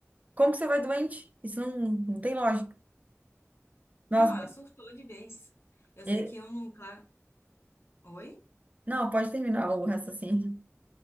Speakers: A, on the right; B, on the left.
A: Como que você vai doente? Isso não, não tem lógica. Nossa,
B: Não, ela surtou de vez. Eu
A: é
B: sei que eu não, claro. Oi?
A: Não, pode terminar o raciocínio.